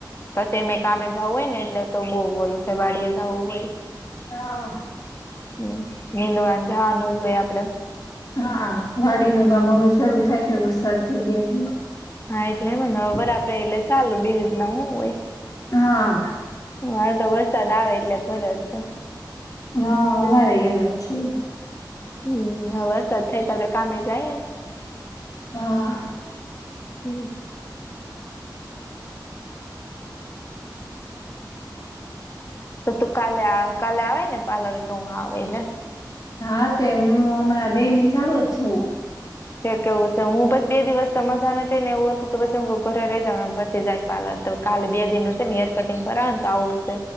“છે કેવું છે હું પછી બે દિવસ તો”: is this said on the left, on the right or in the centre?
Left